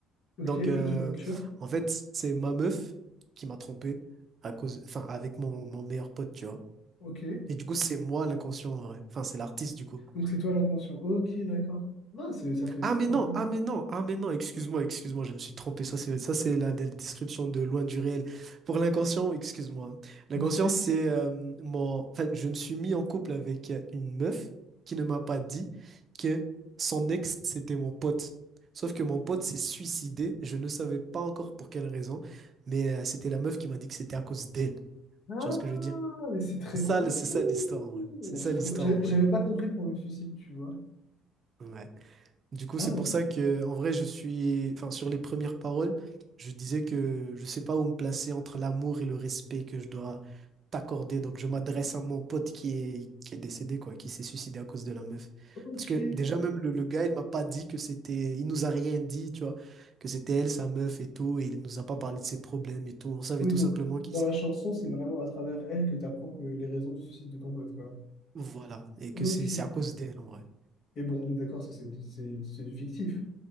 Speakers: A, on the left; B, on the right.
A: Ok,
B: Donc,
A: ouais,
B: euh,
A: d'une rupture.
B: en fait, c'est ma meuf qui m'a trompé à cause, enfin, avec mon, mon meilleur pote, tu vois.
A: Ok.
B: Et du coup, c'est moi l'inconscient en vrai. Enfin, c'est l'artiste du coup.
A: Donc c'est toi l'inconscient. Ok, d'accord. Ah, c'est, ça fait
B: Ah
A: sens
B: mais non,
A: en vrai.
B: ah mais non, ah mais non, excuse-moi, excuse-moi, je me suis trompé. Ça c'est ça c'est la, la description de loin du réel. Pour l'inconscient, excuse-moi. L'inconscient
A: Pas de souci.
B: c'est euh, mon, en fait, je me suis mis en couple avec euh, une meuf qui ne m'a pas dit que son ex c'était mon pote. Sauf que mon pote s'est suicidé. Je ne savais pas encore pour quelle raison, mais euh, c'était la meuf qui m'a dit que c'était à cause d'elle.
A: Ah,
B: Tu vois ce que je veux dire?
A: mais c'est très
B: C'est ça,
A: profond.
B: le- c'est ça l'histoire en vrai. C'est ça
A: C'est très-
B: l'histoire
A: J'a-
B: en
A: J'avais
B: vrai.
A: pas compris pour le suicide, tu vois.
B: Ouais. Du coup,
A: Ah,
B: c'est
A: ouais.
B: pour ça que, en vrai, je suis, enfin, sur les premières paroles, je disais que je sais pas où me placer entre l'amour et le respect que je dois t'accorder. Donc, je m'adresse à mon pote qui est, qui est décédé, quoi, qui s'est suicidé à cause de la meuf.
A: ok.
B: Parce que déjà, même le, le gars, il m'a pas dit que c'était, il nous a rien dit, tu vois, que c'était elle, sa meuf et tout, et il nous a pas parlé de ses problèmes et tout. On savait
A: Oui,
B: tout
A: donc
B: simplement qu'il,
A: dans
B: s-
A: la chanson, c'est vraiment à travers elle que tu apprends les raisons du suicide de ton pote, quoi.
B: voilà, et
A: Ok.
B: que c'est, c'est à cause d'elle, en vrai.
A: Et bon, on est d'accord, ça, c'est du c'est- c'est du fictif.